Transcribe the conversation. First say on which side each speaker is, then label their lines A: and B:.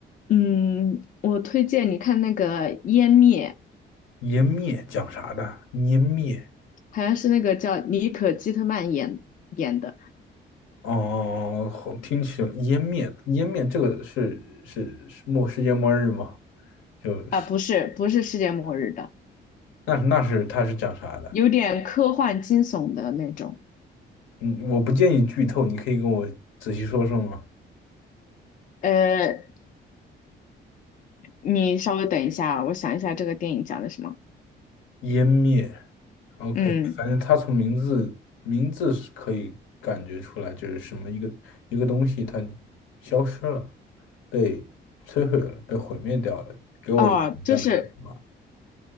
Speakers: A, on the left (about 40°); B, on the left (about 85°).
A: 嗯，我推荐你看那个《湮灭》，
B: 湮灭讲啥的？湮灭
A: 好像是那个叫妮可基特曼演演的，
B: 哦，好，听起来湮灭，湮灭这个是是是末世界末日吗？就是
A: 啊，不是，不是世界末日的，
B: 那那是它是讲啥的？
A: 有点科幻惊悚的那种。
B: 嗯，我不建议剧透，你可以跟我仔细说说吗？
A: 呃，你稍微等一下，我想一下这个电影讲的什么。
B: 湮灭，OK，
A: 嗯，
B: 反正他从名字名字是可以感觉出来，就是什么一个一个东西它消失了，被摧毁了，被毁灭掉了，给我这样的感觉吧。
A: 哦，就是